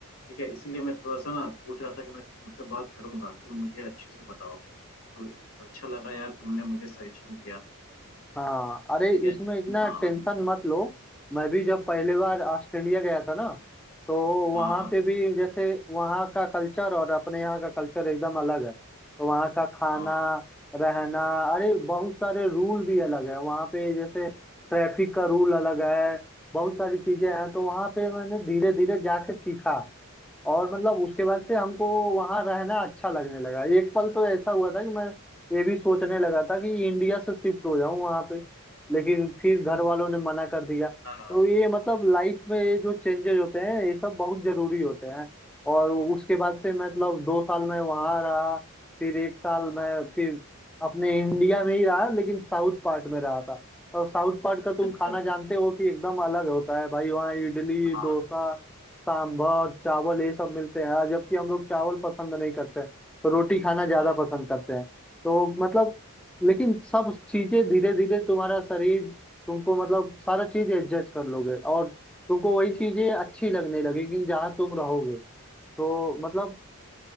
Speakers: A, on the left; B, in the centre.
A: ठीक है इसीलिए मैं थोड़ा सा ना सोच रहा था कि मैं तुमसे बात करूंगा तुम मुझे अच्छे से बताओगे तो अच्छा लगा यार तुमने मुझे सजेशन दिया
B: हाँ अरे
A: ठीक है
B: इसमें इतना
A: हाँ
B: टेंशन मत लो मैं भी जब पहली बार ऑस्ट्रेलिया गया था ना तो वहाँ
A: हाँ
B: पे भी जैसे वहाँ का कल्चर और अपने यहाँ का कल्चर एकदम अलग है तो वहाँ का खाना
A: हाँ
B: रहना अरे बहुत सारे रूल भी अलग है वहाँ पे जैसे ट्रैफिक का रूल अलग है बहुत सारी चीजें हैं तो वहाँ पे मैंने धीरे धीरे जाके सीखा और मतलब उसके बाद से हमको वहां रहना अच्छा लगने लगा एक पल तो ऐसा हुआ था कि मैं ये भी सोचने लगा था कि इंडिया से शिफ्ट हो जाऊं वहां पे लेकिन फिर घर
A: <laughs>
B: वालों ने मना कर दिया तो
A: हाँ,
B: ये मतलब लाइफ में ये जो चेंजेस होते हैं ये सब बहुत जरूरी होते हैं और उसके बाद से मैं मतलब दो साल मैं वहां रहा फिर एक साल मैं फिर अपने इंडिया में ही रहा लेकिन साउथ पार्ट में रहा था और साउथ पार्ट का तुम
A: अच्छा
B: खाना
A: अच्छा
B: जानते हो कि एकदम अलग होता है भाई वहाँ इडली डोसा
A: हाँ
B: सांभर चावल ये सब मिलते हैं यार, जबकि हम लोग चावल पसंद नहीं करते रोटी खाना ज्यादा
A: हाँ
B: पसंद करते हैं तो मतलब लेकिन सब चीजें धीरे धीरे तुम्हारा शरीर तुमको मतलब सारा चीज एडजस्ट कर लोगे और तुमको वही चीजें अच्छी लगने लगेंगी जहाँ तुम रहोगे तो मतलब